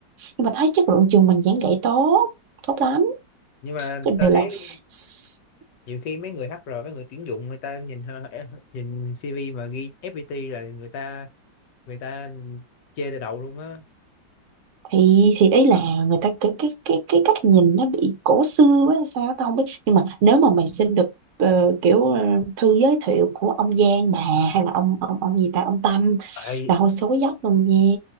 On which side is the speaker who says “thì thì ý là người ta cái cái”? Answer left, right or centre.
Right